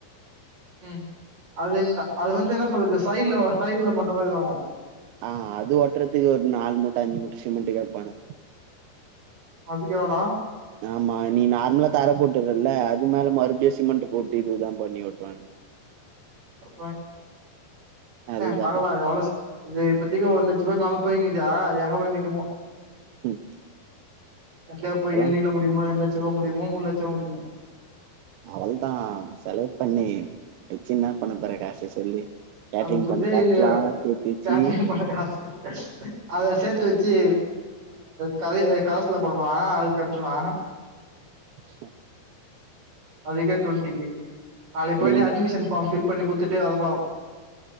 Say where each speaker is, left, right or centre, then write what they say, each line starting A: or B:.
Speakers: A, on the right (about 60°); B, on the right (about 85°).
A: ம் அது அது வந்து என்ன சொல்றது சைட்ல சைட்ல மட்டு தா இது ஆவு
B: ஆ அது ஒட்றத்துக்கு ஒரு நாலு மூட்ட அஞ்சு மூட்ட சிமெண்ட் கேப்பானுங்க
A: அதுக்கேவாடா
B: ஆமா நீ நார்லா தர போட்டுறல்ல அது மேல மறுப்டியு சிமெண்ட் போட்டு இதுதா பண்ணி ஓட்டுவானுங்க
A: <unintelligible>
B: அதுக்கு
A: பாக்கலா
B: அப்ப
A: எவ்ளோ சீக் இது இப்பத்திக்கு ஒரு லட்சோ ருபா மேல போய்ங்குதே எங்க போய் நிக்குமோ
B: ம்
A: எங்க போய
B: இப்பல்லா
A: எண்டிங்ல முடியுமோ ரெண்ட் லச்சம்ல முடியுமோ மூணுலட்சமா முடியுமா
B: அவள் தா செலவு பண்ணி வச்சு என்ன பண்ணப்போறே காச சொல்லு கேட்ரிங்
A: அந்த துட்டே
B: பண்ண காசுலா
A: இல்லையே
B: சேத்து வெச்சு
A: காசு பட காசு அத சேத்து வச்சு க கரசுல போட போறே அது கட்ருவே
B: அ
A: அதுக்கே டுவெண்டி நாளைக்கு பொய்ட்டு
B: டெய்
A: அட்மிஷன் ஃபார்ம்ஃபில் பண்ணி குடுத்துட்டு அது பம்